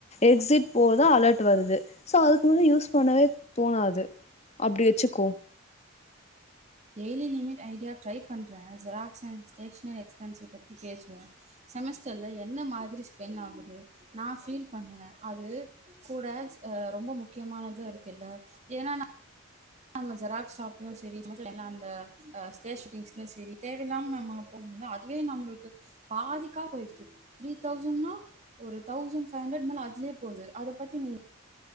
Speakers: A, on the left (about 30°); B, on the right (about 30°).
A: எக்ஸிட் போது அலர்ட் வருது சோ அதுக்கு முன்னாடி யூஸ் பண்ணவே தோணாது அப்படி வச்சுக்கோ
B: டெய்லி லிமிட் ஐடியா ட்ரை பண்ற ஜெராக்ஸ் அன் ஸ்டேஷனரி எக்ஸ்பென்ஸ் பத்தி பேசுவோம் செமஸ்டர்ல என்ன மாதிரி ஸ்பென் ஆகுது நா ஃபீல் பண்ணுவேன் அது கூட ரொம்ப முக்கியமானத இருக்கு இல்ல ஏன்னா நான் நம்ம ஜெராக் ஷாப்லயும் சேரி செமஸ்டர் டைம்ல அந்த ஸ்டேஷனரி திங்ஸ்லயும் சேரி தேவையில்லாம நம்ம போ அதுவே நம்மளுக்கு பாதிக்கா போயிருச்சு த்ரீ தௌசண்ட்னா ஒரு தௌசண்ட் பைவ் ஹண்ட்ரட் மேல அதுலயே போகுது அத பத்தி நீ